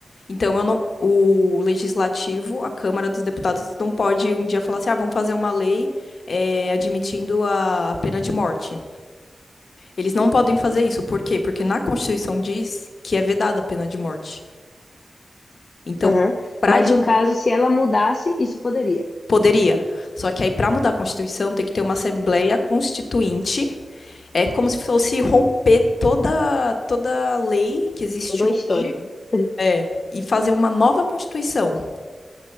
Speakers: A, on the left; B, on the left.
A: Então eu não, o legislativo, a Câmara dos Deputados, não pode um dia falar assim, ah, vamos fazer uma lei é, admitindo a pena de morte. Eles não podem fazer isso. Por quê? Porque na Constituição diz que é vedada a pena de morte. Então,
B: uhum.
A: para
B: Mas
A: admitir.
B: no caso, se ela mudasse, isso poderia.
A: Poderia. Só que aí, para mudar a Constituição, tem que ter uma Assembleia Constituinte. É como se fosse romper toda toda lei que existe
B: Toda uma
A: hoje
B: história. <laughs>
A: É, e fazer uma nova Constituição,